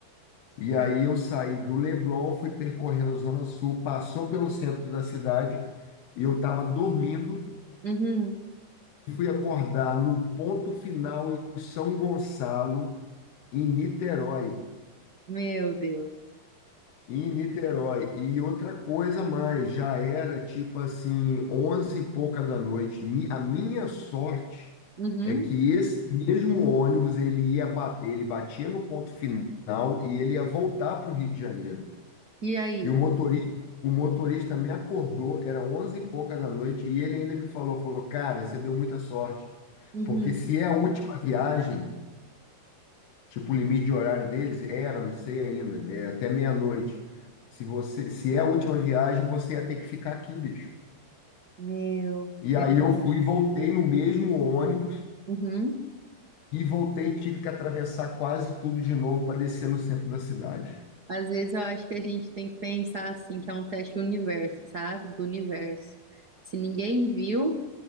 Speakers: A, on the left (about 80°); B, on the right (about 60°).
A: E aí eu saí do Leblon, fui percorrendo a Zona Sul, passou pelo centro da cidade e eu estava dormindo
B: uhum.
A: fui acordar no ponto final em São Gonçalo, em Niterói.
B: Meu Deus.
A: Em Niterói. E outra coisa mais, já era tipo assim, onze e pouca da noite. Mi- A minha sorte
B: Uhum.
A: é que esse mesmo ônibus, ele ia bater, ele batia no ponto final e ele ia voltar para o Rio de Janeiro.
B: E aí?
A: E o motorista, o motorista me acordou, era onze e pouca da noite, e ele ainda me falou, falou, cara, você deu muita sorte.
B: Uhum.
A: Porque se é a última viagem, Tipo, o limite de horário deles era, não sei ainda, né, até meia-noite. Se você, se é a última viagem, você ia ter que ficar aqui, bicho.
B: Meu.
A: E
B: É.
A: aí eu fui, e voltei no mesmo ônibus
B: Uhum.
A: e voltei, e tive que atravessar quase tudo de novo para descer no centro da cidade.
B: Às vezes eu acho que a gente tem que pensar assim, que é um teste do universo, sabe? Do universo. Se ninguém viu,